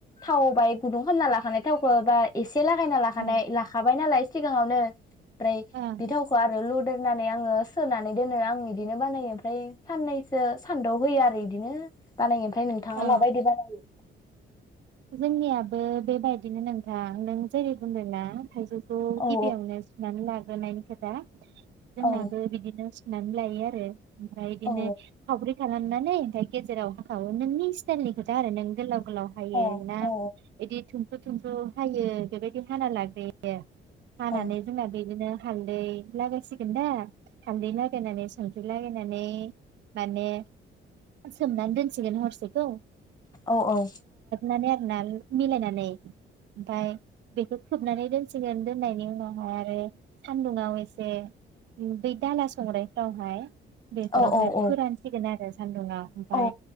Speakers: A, on the left; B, on the right.
A: थाव बाय गुदुं खालामना लाखानाय थावखौ ए से लागायना लाखानाय
B: ओं
A: लाखाबाय नालाय‌‌ सिगाङावनो। फ्राय
B: ओं
A: बिथावखौ आरो लुदो होनानै आङो सोनानै दोनो आं बिदिनो बानायो ओमफ्राय सानै ओ सान्दुआव होयो आरो बिदिनो बानायो ओमफाय नोंथाङा
B: औ
A: माबायदि बानायो?
B: जोंनियाबो बेबायदिनो नोंथां नों जेरै बुंदों ना थायजौ खौ
A: औ
B: गिबि आं सुनानै ला ग्रोनायनि खोथा जोंनाबो
A: औ
B: बिदिनो नानै लायो आरो। ओमफ्राय इदिननो
A: औ
B: साब्रै खालामनानै ओमफ्राय गेजेराव होखावो नोंनि स्टाइलनि खोथा आरो नों गोलाव गोलाव फायो
A: औ
B: ना
A: औ
B: बिदि थुमफ्रु थुमफ्रु हायो बेबायदि हाना लाग्रोयो। हानानै
A: औ
B: जोंना बेदिनो हालदै लागायसिगोन दा हालदै लागायनानै संख्रि लागायनानै माने सोमनानै दोनसिगोन हरसेखौ
A: औ औ
B: नानै आरोना मिलायनानै ओमफ्राय बेखौ खोबनानै दोनसिगोन दोननायनि उनावहाय आरो सान्दुुंवा एसे बै दाला संग्रायफ्रावहाय बेफोरावहाय
A: औ औ
B: बेफोरानोसिगोन
A: औ
B: आरो। सानदुङाव ओमफ्राय
A: औ